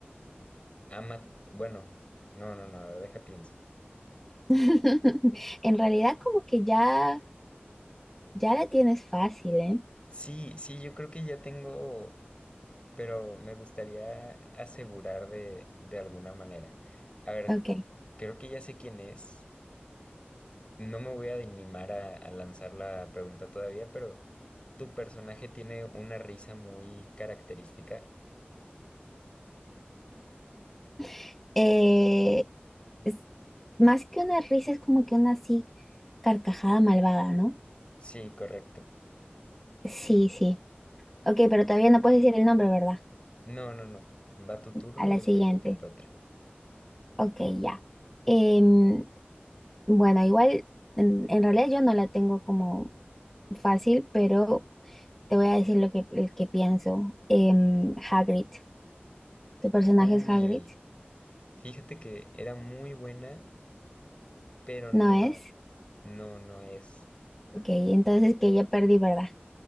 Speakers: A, on the left; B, in the centre.
A: ama. Bueno, no, no, no, a ver, deja pienso.
B: <laughs> En realidad como que ya, ya la tienes fácil, ¿eh?
A: Sí, sí, yo creo que ya tengo. Pero me gustaría asegurar de, de alguna manera. A ver,
B: Ok.
A: creo que ya sé quién es. No me voy a animar a, a lanzar la pregunta todavía, pero. Tu personaje tiene una risa muy característica.
B: <laughs> Eh, es más que una risa, es como que una así carcajada malvada, ¿no?
A: Sí, correcto.
B: Sí, sí. Ok, pero todavía no puedes decir el nombre, ¿verdad?
A: No, no, no. Va tu turno
B: A
A: y
B: la
A: después
B: siguiente.
A: yo intento otra.
B: Ok, ya. Em, bueno, igual, en, en realidad yo no la tengo como fácil, pero te voy a decir lo que, el que pienso. Em, Hagrid. ¿Tu personaje
A: Uy,
B: es Hagrid?
A: fíjate que era muy buena, pero no.
B: ¿No es?
A: No, no es.
B: Ok, entonces que ya perdí, ¿verdad?